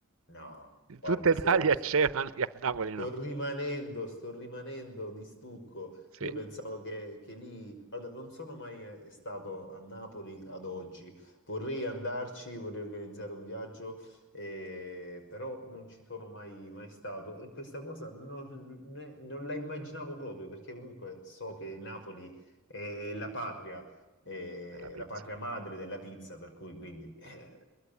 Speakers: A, on the left; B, on the right.
A: No,
B: In
A: guarda,
B: tutta Italia
A: sto-
B: c'è, ma lì a Napoli no.
A: Sto rimanendo, sto rimanendo di stucco.
B: Sì,
A: Io pensavo che, che lì, guarda, non sono mai eh, stato a Napoli ad oggi. Vorrei andarci, vorrei organizzare un viaggio, eh, però non ci sono mai, mai stato. E questa cosa non, ne- non la immaginavo proprio, perché comunque so che Napoli è la patria, è
B: è la pizza.
A: la patria madre della pizza, per cui quindi, eh,